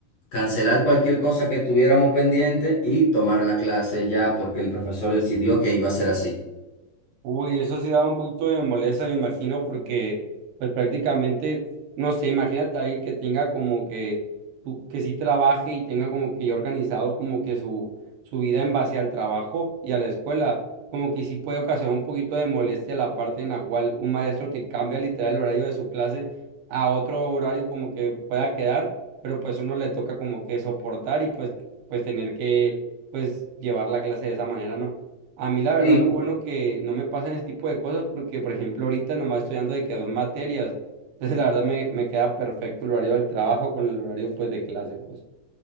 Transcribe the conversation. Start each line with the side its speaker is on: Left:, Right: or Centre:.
Left: cancelar cualquier cosa que tuviéramos pendiente y tomar la clase ya porque el profesor decidió que iba a ser así.
Right: Uy, eso sí da un poquito de molestia, me imagino, porque pues prácticamente, no sé, imagínate a alguien que tenga como que, tu- que sí trabaje y tenga como que ya organizado como que su, su vida en base al trabajo y a la escuela, como que sí puede ocasionar un poquito de molestia la parte en la cual un maestro te cambia literal el horario de su clase a otro horario como que pueda quedar, pero pues uno le toca como que soportar y pues, pues tener que pues llevar la clase de esa manera, ¿no? A mí la verdad
Left: Sí.
Right: lo bueno que no me pasan ese tipo de cosas porque, por ejemplo, ahorita nomás estoy dando de que dos materias. Entonces, la verdad me, me queda perfecto el horario del trabajo con el horario pues de clase, pues.